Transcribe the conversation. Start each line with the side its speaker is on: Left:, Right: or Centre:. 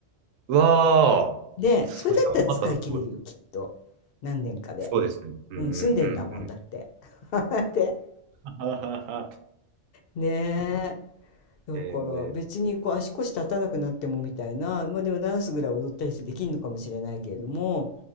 Right: わあ、
Left: で、
Right: それはまたすごい。
Left: それだったら使い切れるよ、きっと。何年かで。
Right: そうですね。うんうんうんうん。
Left: うん、住んでんだもんだって。<laughs> で、
Right: <laughs>
Left: ねだから別にこう足腰立たなくなってもみたいな、
Right: へえー、
Left: まあでもダンスぐらい踊ったりしてできるのかもしれないけれども、